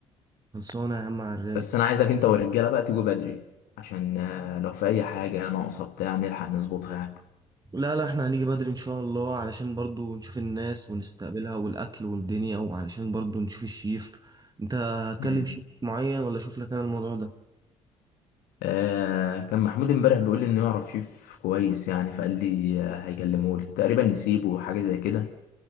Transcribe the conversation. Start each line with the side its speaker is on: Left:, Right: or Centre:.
Right: يا عم على الرايق
Left: بس انا عايزك انت والرجاله بقى تيجوا بدري عشان آه، لو في اي حاجه ناقصه بتاع نلحق نظبطها يعني
Right: لا لا احنا هنيجي بدري ان شاء الله علشان برضو نشوف الناس ونستقبلها والاكل والدنيا وعلشان برضو نشوف الشيف انت هتكلم
Left: مم.
Right: شيف معين ولا اشوف لك انا الموضوع ده
Left: آه كان محمود امبارح بيقول لي انه يعرف شيف كويس يعني فقال لي آه، هيكلمه لي تقريبا نسيبه حاجه زي كده